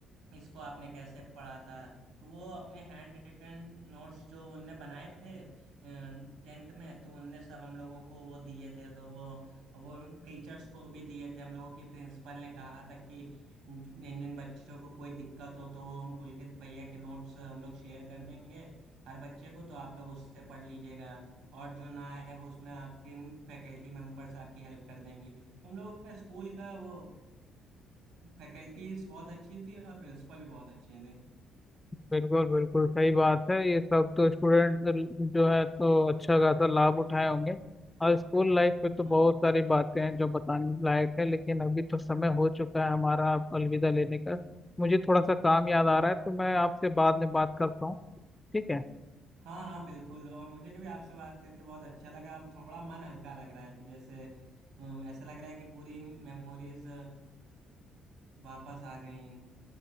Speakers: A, on the right; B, on the left.
A: इसको आपने कैसे पढ़ा था तो वो अपने हैंड रिटन नोट्स जो उनने बनाए थे टेंथ में तो उनने सब हम लोगों को वो दिए थे वो वो टीचर्स को भी दिए थे हम लोगों की प्रिंसिपल ने कहा था कि जिन जिन बच्चों को कोई दिक्कत हो तो वो हम पुलकित भैया के नोट्स हम लोग शेयर कर देंगे हर बच्चे को तो आप लोग उससे पढ़ लीजिएगा और जो ना आए वो उसमें आपके फैकल्टी मेंबर्स आपकी हेल्प कर देंगी हम लोगों का स्कूल का वो फैकल्टीज बहुत अच्छी थी और प्रिंसिपल भी बहुत अच्छे थे
B: बिल्कुल बिल्कुल सही बात है ये सब तो स्टूडेंट जो है तो अच्छा खासा लाभ उठाए होंगे और स्कूल लाइफ पे तो
A: हाँ
B: बहुत सारी बातें हैं जो बताने लायक है लेकिन अभी तो समय हो चुका है हमारा अब अलविदा लेने का मुझे थोड़ा सा काम याद आ रहा है तो मैं आपसे बाद में बात करता हूँ ठीक है
A: हाँ हाँ बिल्कुल और मुझे भी आपसे बात करके बहुत अच्छा लगा हम थोड़ा मन हल्का लग रहा है कि जैसे अ, ऐसा लग रहा है कि पूरी मेमोरीज वापस आ गई